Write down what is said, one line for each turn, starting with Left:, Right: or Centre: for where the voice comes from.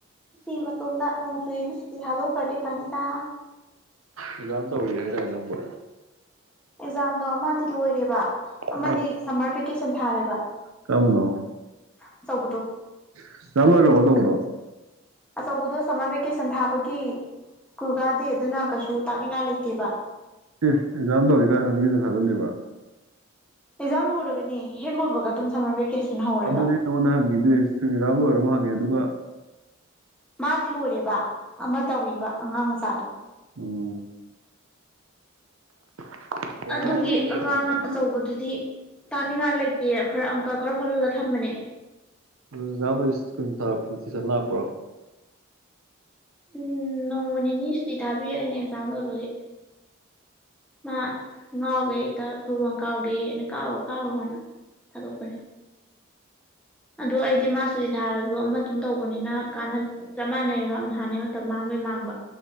Centre: ꯁꯤ ꯃꯇꯣꯝꯗ ꯅꯣꯡ ꯆꯨꯏꯅ ꯁꯨꯇꯤ ꯊꯥꯗꯣꯛꯈ꯭ꯔꯗꯤ ꯐꯅꯤꯗ
Right: ꯑꯦꯛꯖꯥꯝ ꯇꯧꯔꯤ ꯍꯥꯏꯗꯥꯏ ꯅꯪꯕꯣ
Centre: ꯑꯦꯛꯖꯥꯝꯗꯣ ꯑꯃꯗꯤ ꯂꯣꯏꯔꯦꯕ ꯑꯃꯗꯤ
Right: ꯑꯥ
Centre: ꯁꯝꯃꯔ ꯚꯦꯀꯦꯁꯟ ꯊꯥꯔꯦꯕ
Right: ꯀꯔꯝꯕꯅꯣ
Centre: ꯑꯆꯧꯕꯗꯣ
Right: ꯑꯦꯛꯖꯥꯝ ꯂꯣꯏꯈ꯭ꯔꯕꯣ ꯇꯧꯕꯗꯣ
Centre: ꯑꯆꯧꯕꯗꯣ ꯁꯝꯃꯔ ꯚꯦꯀꯦꯁꯟ ꯊꯥꯕꯒꯤ ꯁ꯭ꯀꯨꯜ ꯀꯥꯗꯦ ꯑꯗꯨꯅ ꯀꯩꯁꯨ ꯇꯥꯛꯅꯤꯉꯥꯏ ꯂꯩꯇꯦꯕ
Right: ꯑꯦ ꯑꯦꯛꯖꯥꯝ ꯇꯧꯔꯤ ꯀꯥꯟꯗ ꯚꯦꯀꯦꯁꯟ ꯊꯥꯖꯜꯂꯤꯕ
Centre: ꯑꯦꯛꯖꯥꯝ ꯂꯣꯏꯔꯒꯅꯦ ꯍꯦꯛ ꯂꯣꯏꯕꯒ ꯑꯗꯨꯝ ꯁꯝꯃꯔ ꯚꯦꯀꯦꯁꯟ ꯍꯧꯔꯦꯕ
Right: ꯑꯗꯨꯅꯦ ꯅꯉꯣꯟꯗ ꯍꯪꯉꯤꯁꯦ ꯑꯦꯛꯖꯥꯝ ꯂꯣꯏꯔꯕ ꯍꯪꯉꯤ ꯑꯗꯨ ꯋꯥ
Centre: ꯃꯥꯗꯤ ꯂꯣꯏꯔꯦꯕ ꯑꯃ ꯇꯧꯔꯤꯕ ꯑꯉꯥꯡ ꯃꯆꯥꯗꯣ
Right: ꯎꯝ <inaudible>
Centre: ꯑꯗꯨꯒꯤ
Right: ꯑꯦꯛꯖꯥꯝ
Centre: ꯑꯉꯥꯡ ꯑꯆꯧꯕꯗꯨꯗꯤ ꯇꯥꯛ ꯅꯤꯡꯉꯥꯏ ꯂꯩꯇꯦ ꯈꯔ ꯑꯪꯀꯥ ꯈꯔ ꯍꯣꯠꯍꯜꯂ ꯊꯝꯕꯅꯦ
Right: <unintelligible> ꯀꯨ ꯊꯥꯔꯛꯄꯁꯟ ꯂꯥꯛꯄ꯭ꯔꯣ
Centre: ꯎꯝ ꯅꯣꯡꯃ ꯅꯤꯅꯤ ꯁꯨꯇꯤ ꯊꯥꯕꯤꯔꯅꯤ ꯑꯦꯛꯖꯥꯝ ꯂꯣꯏꯕꯒꯤ ꯃꯥ ꯉꯥꯎꯒꯩ ꯍꯦꯛꯇ ꯐꯨꯠꯕꯣꯟ ꯀꯥꯎꯒꯦꯌꯦ ꯑꯩꯅ ꯀꯥꯎꯔꯣ ꯑꯥꯎ ꯍꯥꯅ ꯊꯥꯗꯣꯛꯄꯅꯤ ꯑꯗꯨ ꯑꯩꯗꯤ ꯃꯥ ꯁꯨꯇꯤ ꯊꯥꯔꯁꯨ ꯑꯃ ꯑꯗꯨꯝ ꯇꯧꯕꯅꯤꯅ ꯀꯥꯅ ꯆꯞ ꯃꯥꯟꯅꯩꯑꯕ ꯑꯝꯍꯥꯦ ꯃꯇꯝ ꯃꯥꯡꯕꯩ ꯃꯥꯡꯕ